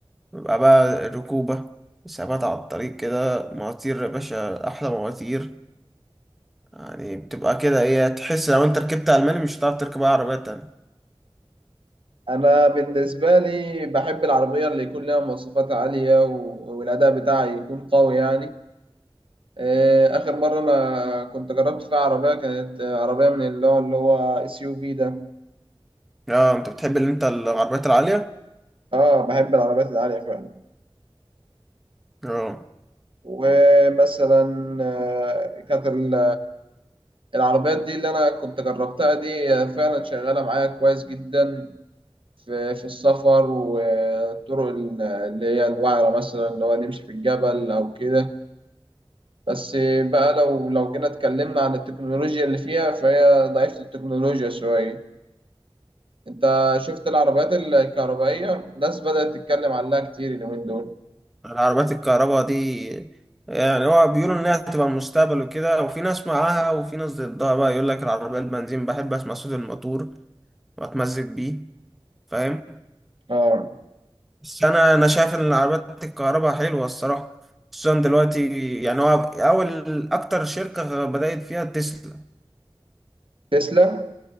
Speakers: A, in the centre; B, on the right.
A: بيبقى بقى ركوبه ثبات على الطريق كده مواتير يا باشا احلى مواتير يعني بتبقى كده ايه تحس لو انت ركبت الماني مش هتعرف تركب اي عربيه تانية
B: انا بالنسبه لي بحب العربيه اللي يكون لها مواصفات عاليه و- والاداء بتاعها يكون قوي يعني آه، آخر مرة أنا كنت جربت فيها عربية كانت آه، عربية من اللي هو اللي هو اس يو في ده
A: اه انت بتحب اللي انت العربيات العاليه
B: اه بحب العربيات العالية فعلا
A: اه
B: ومثلا آه، كانت ال- العربيات دي اللي أنا كنت جربتها دي آه، فعلا شغالة معايا كويس جدا في في السفر والطرق ال- اللي هي الوعرة مثلا اللي هو نمشي في الجبل أو كده بس بقى لو لو جينا اتكلمنا عن التكنولوجيا اللي فيها فهي ضعيفة التكنولوجيا شوية انت شفت العربيات الكهربائية الناس بدأت تتكلم عنها كتير اليومين دول
A: العربيات الكهرباء دي يعني هو بيقولوا انها هتبقى المستقبل وكده وفي ناس معاها وفي ناس ضدها بقى يقول لك العربية البنزين بحب اسمع صوت الموتور واتمزج بيه فاهم
B: اه
A: بس انا انا شايف ان العربيات الكهرباء حلوة الصراحة خصوصا دلوقتي يعني هو اول اكتر شركة بدأت فيها تسلا
B: تسلا